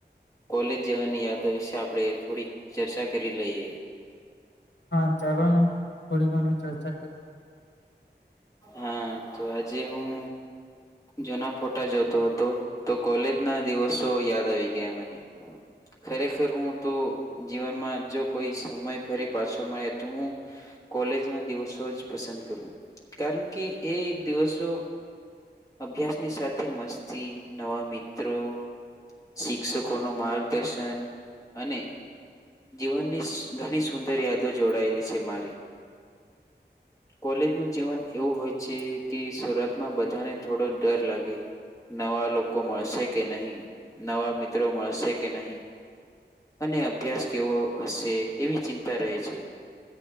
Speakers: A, on the left; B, on the left.
A: કોલે જવાની યાદો વિશે આપણે થોડી ચર્ચા કરી લઈએ.
B: હા ચાલો ને. થોડી ઘણી ચર્ચા કરી
A: હા તો આજે હું. જુના ફોટા જોતો હતો તો કોલેજના દિવસો યાદ આવી ગયા મને. ખરેખર, હું તો જીવનમાં જો કોઈ સમય ફરી પાછો મળે તોું હું કોલેજ ના દિવસો જ પસંદ કરું કારણ કે એ દિવસો અભ્યાસની સાથે મસ્તી, નવા મિત્રો શિક્ષકોનો માર્ગદર્શન અને જીવનની સ-ઘણી સુંદર યાદો જોડાયેલી છે મારી. કોલેજનું જીવન એવું હોય છે કે શરૂઆતમાં બધાને થોડો ડર લાગે નવા લોકો મળશે કે નહી, નવા મિત્રો મળશે કે નહી. અને અભ્યાસ કેવો હશે એવી ચિંતા રહે છે.